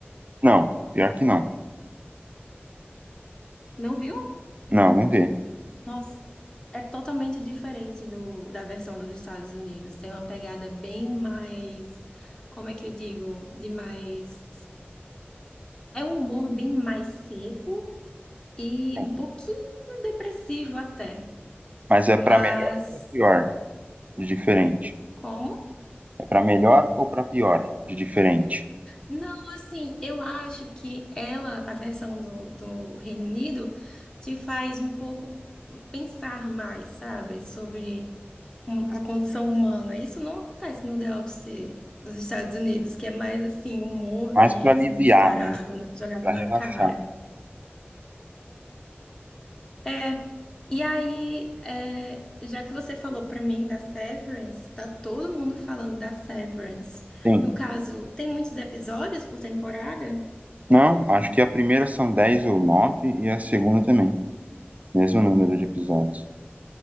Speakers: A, on the right; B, on the left.
A: Não, pior que não.
B: Não viu?
A: Não, não vi.
B: Nossa, é totalmente diferente do, da versão dos Estados Unidos. Tem uma pegada bem mais, como é que eu digo? De mais. É um humor bem mais seco e
A: Sim.
B: um pouquinho depressivo até.
A: Mas é
B: Mas.
A: pra melhor ou pra pior de diferente?
B: Como?
A: É pra melhor ou pra pior de diferente?
B: Não, assim, eu acho que ela, a versão do, do Reino Unido, te faz um pouco pensar mais, sabe, sobre um- a condição humana. Isso não acontece no The Office dos Estados Unidos, que é mais assim, humor mesmo,
A: Mais pra aliviar,
B: descarado,
A: né?
B: né, jogado
A: Pra
B: na
A: relaxar.
B: cara. É. E aí, é, já que você falou pra mim da Severance, tá todo mundo falando da Severance.
A: Sim.
B: No caso, tem muitos episódios por temporada?
A: Não, acho que a primeira são 10 ou 9 e a segunda também. Mesmo número de episódios.